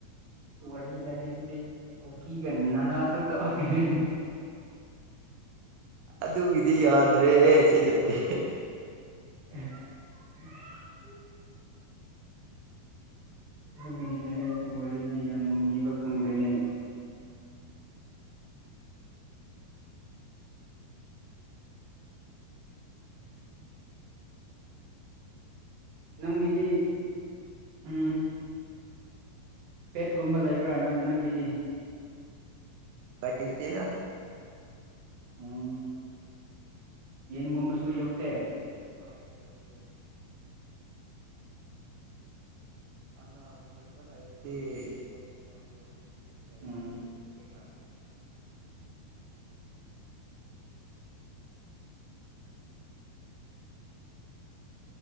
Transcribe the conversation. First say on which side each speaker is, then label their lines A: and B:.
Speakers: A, on the right; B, on the right.
A: ꯋꯥꯔꯤ ꯂꯥꯏꯔꯤꯁꯤꯗꯤ ꯀꯨꯀꯤꯒ ꯅꯥꯒꯥ ꯈꯛꯇ ꯑꯣꯏꯒꯅꯤ
B: ꯑꯗꯨꯒꯤꯗꯤ ꯌꯥꯗ꯭ꯔꯦ ꯁꯤꯗꯗꯤ
A: ꯎꯝ <unintelligible> ꯑꯗꯨꯒꯤꯅꯤꯅꯦ ꯑꯩꯁꯨ ꯋꯥꯔꯤꯗꯤ ꯌꯥꯝ ꯂꯥꯕ ꯈꯪꯗꯦꯅꯦ ꯅꯪꯒꯤꯗꯤ ꯎꯝ ꯄꯦꯠꯀꯨꯝꯕ ꯂꯩꯕ꯭ꯔꯥ ꯅꯪ ꯅꯪꯒꯤꯗꯤ
B: ꯂꯩꯇꯦꯗ
A: ꯎꯝ ꯌꯦꯟꯒꯨꯝꯕꯁꯨ ꯌꯣꯛꯇꯦ?
B: ꯍꯣꯏ ꯌꯣꯛꯇꯦ꯫ ꯑꯥꯅ ꯈꯨꯟꯗ ꯂꯩꯔꯗꯤ ꯌꯣꯛꯄꯅꯦ ꯑꯗꯨ <unintelligible> ꯂꯩꯕꯗꯤ
A: ꯎꯝ
B: ꯍꯥꯏꯗꯣꯛꯄ ꯌꯥꯗꯦꯅ